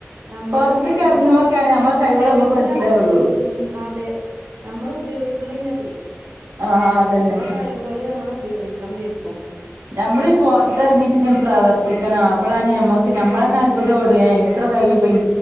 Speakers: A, on the right; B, on the right.
A: നമ്മൾ
B: പൊറത്തേക്ക്
A: ഉപയോഗിക്കൂല
B: എറങ്ങുമ്പോക്കാണ് നമ്മളെ കഴിവുകള്
A: ഉപയോഗിക്കൂലന്നുള്ളൂ
B: നമ്മക്ക് മനസ്സിലാവുള്ളൂ
A: ഉം ഉം അതെ നമ്മൾ ഉപയോഗിക്ക്ണില്ലതെ
B: ആഹ് അതന്നെ
A: നമ്മളെ കഴിവുകൾ നമ്മൾ ഉപയോഗിക്ക ക്കണം ശെർക്കും
B: നമ്മളി പൊർത്തെർങ്ങി ട്ട് ങ്ങട് പ്രവർത്തിക്കണം അപ്പോളാണ് നമ്മക്ക് ഞമ്മൾ തന്നെ അത്ഭുതംപ്പെടും ഏ ഇത്ര കഴിവി ഇപ്പം ഇൻ